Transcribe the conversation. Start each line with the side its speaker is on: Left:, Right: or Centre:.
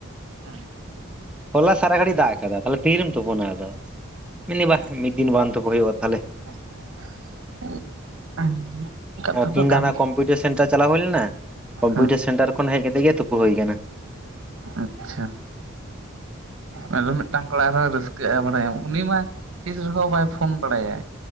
Right: ᱦᱮᱸ
Centre: ᱦᱚᱞᱟ ᱥᱟᱨᱟ ᱜᱷᱟᱹᱲᱤᱜ ᱫᱟᱜ ᱟᱠᱟᱫᱟ ᱛᱟᱦᱚᱞᱮ ᱛᱤᱨᱮᱢ ᱛᱩᱯᱩᱱᱟ ᱟᱫᱚ? ᱢᱤᱱᱤ ᱵᱟ ᱢᱤᱫᱤᱱ ᱵᱟᱝ ᱛᱩᱯᱩ ᱦᱩᱭᱩᱜᱼᱟ ᱛᱟᱦᱚᱞᱮ᱾
Right: <inaudible>
Centre: ᱟᱨ ᱛᱤᱦᱤᱧ ᱫᱚ
Right: ᱠᱟᱱ
Centre: ᱦᱟᱱᱟ
Right: ᱜᱮᱭᱟ
Centre: ᱠᱚᱢᱯᱤᱭᱩᱴᱟᱨ ᱥᱮᱱᱴᱟᱨ ᱪᱟᱞᱟᱣ ᱦᱩᱭ ᱞᱮᱱᱟ ᱠᱚᱢᱯᱤᱭᱩᱴᱟᱨ
Right: ᱦᱮᱸ
Centre: ᱥᱮᱱᱴᱟᱨ ᱠᱷᱚᱱ ᱦᱮᱡ ᱠᱟᱛᱮᱜ ᱜᱮ ᱛᱩᱯᱩ ᱦᱩᱭ ᱟᱠᱟᱱᱟ᱾
Right: ᱟᱪᱪᱷᱟ ᱟᱨᱚ ᱢᱤᱜᱴᱟᱝ ᱠᱚᱲᱟ ᱟᱨᱦᱚᱸᱭ ᱨᱟᱹᱥᱠᱟᱹᱜᱼᱟ ᱵᱟᱲᱟᱭᱟᱢ ᱩᱱᱤ ᱢᱟ ᱛᱤᱥ ᱨᱮᱦᱚᱸ ᱵᱟᱭ ᱯᱷᱳᱱ ᱵᱟᱲᱟᱭᱟ